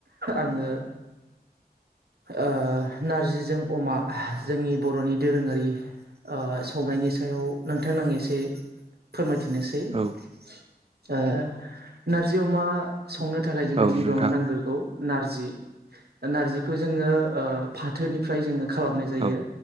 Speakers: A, on the right; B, on the right.
A: आंङो आ नारजिजों अमा जोंनि बर'नि दोरोङारि ओ संनायनि सायाव नोंथांनो आं एसे फोरमायथिनोसै
B: औ
A: ओ नारजि अमा संनो थाखाय जोंनो
B: औ
A: गिबियावनो
B: नोंथां
A: नांगोरगौ नारजि। नारजिखौ जोङो ओ फाथोनिफ्राय जोङो खालामनाय जायो
B: औ